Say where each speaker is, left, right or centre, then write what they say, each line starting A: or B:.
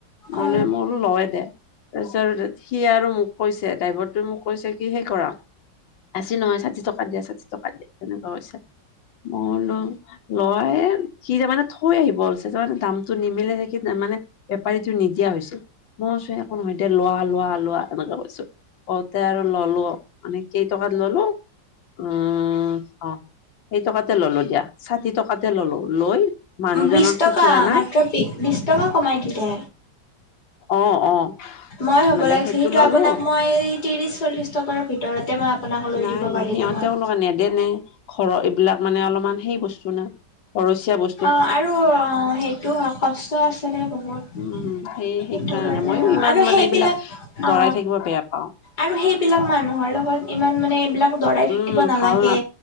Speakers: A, on the left; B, on the left.
A: অ
B: মানে মোৰো ল‌ওয়ে দে, তাৰছত সি আৰু মোক কৈছে, ড্ৰাইভৰটো মোক কৈছে কি সেই কৰা, আশী নহয়, ষাঠি টকাত দিয়া, ষাঠি টকাত দিয়া, সেনেকুৱা কৈছে। মই লো লয়ে, সি তাৰমানে থৈ আহিব ওলছে তাৰ মানে দামটো নিমিলে দেখি তাৰমানে বেপাৰীটো নিদিয়া হৈছিল, মই কৈছো একো নহয় দে, লোৱা, লোৱা, লোৱা, এনেকা কৈছো। কওঁতে আৰু ললো। আমি কেইটকাত লল? উম, অ', সেই টকাতে ললো দিয়া, ষাঠি টকাতে ললো। লৈ- মানুহজনৰ
A: বিশ টকা
B: খুচুৰা নাই
A: মাত্ৰ বি বিশ টকা কমাই দিলে।
B: অ অ
A: মই হ'ব
B: মানে
A: লাগিছিল
B: সেইটো
A: সিটো
B: ললো
A: আপোনাক মই ত্ৰিশ চল্লিশ টকাৰ ভিত ভিতৰতে মই আপোনাক লৈ
B: নাই
A: দিব পাৰিলো
B: নাই সিহঁতেও
A: হয়।
B: <unintelligible> নেদে নে। ঘৰ এইবিলাক মানে অলপমান সেই বস্তু না ঘৰচীয়া বচ
A: অ', আৰু অ', সেইটো হয় কষ্ট আছেদে বহুত।
B: উ, সেই
A: সেইটো
B: সেইকাৰণে
A: কাৰণে
B: মইও
A: অ
B: ইমান
A: আৰু সেইবিলাক
B: মানে এইবিলাক
A: অ
B: দৰাই থাকিব বেয়া পাওঁ।
A: আৰু সেইবিলাক মানুহৰ লগত ইমান মানে এইবিলাক দৰাই থাকিব
B: উম
A: নালাগে,
B: ভাল